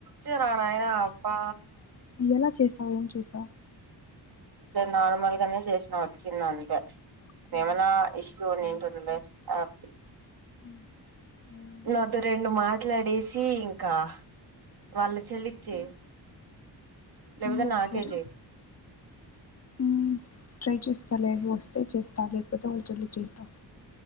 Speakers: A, on the right; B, on the left.
A: ఇచ్చినా నాయనా అబ్బా
B: ఎలా చేశావు ఏం చేసావు
A: నార్మల్గానే చేసినా వచ్చింది అంతే
B: ఆహా.
A: ఏమన్న ఇష్యూ ఉన్నింటుంది
B: సరే సరే
A: లే ఆప్తి
B: ఉమ్, ఉమ్,
A: నాతో రెండు మాట్లాడేసి ఇంకా వాళ్ళ చెల్లికి చెయి
B: ఉమ్,
A: లేేవితే
B: ఉమ్,
A: నాకేజీ
B: సరే ఉమ్, ట్రై చేస్తా లేో వస్తే చేస్తా లేకపోతే వాళ చల్లి చేస్తా